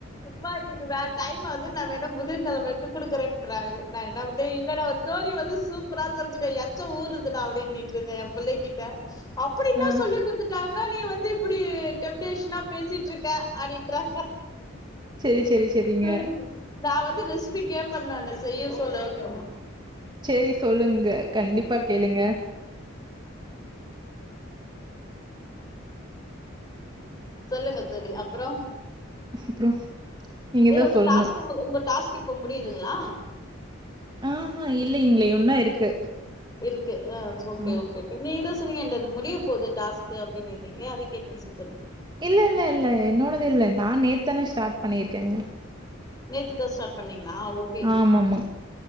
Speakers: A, on the left; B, on the right.
A: மா இன்னைக்கு வே டைம் ஆவுது நா வேணா புதன்கெழம எத்து குடுக்குறன்றாங்க நா என்ன பண் டேய் இல்ல டா தோழி வந்து சூப்பரா சொல்ச்சுடா எச்ச ஊறுது டா அப்டின்னிட்டு இருந்த ஏ புள்ளைங்கிட்ட அப்படி என்னா
B: ஆ
A: சொல்லி குத்துட்டாங் கா நீ வந்து இப்புடி டெம்ட்டேஷனா பேசிட்டு இருக்க அப்டின்றாங்க
B: செரி செரி செரிங்க
A: <unintelligible> நா வந்து ரெசிபி கேப்ப நானு செய்ய சொல்ல ஓகே
B: சேரி சொல்லுங்க கண்டிப்பா கேளுங்க
A: சொல்லுங்க தோழி அப்புறோ
B: அப்றோ நீங்க
A: இல்ல
B: தா
A: உங்க
B: சொல்ணு
A: டாஸ்க்கு உங்க டாஸ்க் இப்ப முடியுதுங்ளா
B: ஆஹா இல்லைங்ளே இன்னோ இருக்கு
A: இருக்கு அ ஓகே
B: ஆ.
A: ஓகே நீங்க தா சொன்னீங்க என்து அது முடியப் போது டாஸ்க்கு அப்டின்னிந்திங்க அத கேட்டன் சோ தோழி
B: இல்ல இல்ல இல்ல என்னோடது இல்ல நா நேத்தான ஸ்டார்ட் பண்ணியிருக்கேங்க
A: நேத்தி தா ஸ்டார்ட் பண்ணீங்ளா ஓகே
B: ஆமாமா